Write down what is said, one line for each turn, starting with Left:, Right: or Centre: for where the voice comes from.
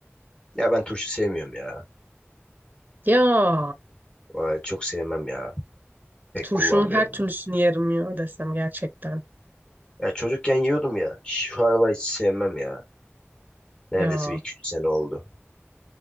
Left: Ya ben turşu sevmiyorum ya.
Right: Ya
Left: Vay, çok sevmem ya. Pek
Right: turşunun
Left: kullanmıyorum
Right: her türlüsünü
Left: ben.
Right: yerim ya desem gerçekten.
Left: Ya çocukken yiyordum ya. Şu aralar hiç sevmem ya. Neredeyse
Right: Ya
Left: bir iki üç sene oldu.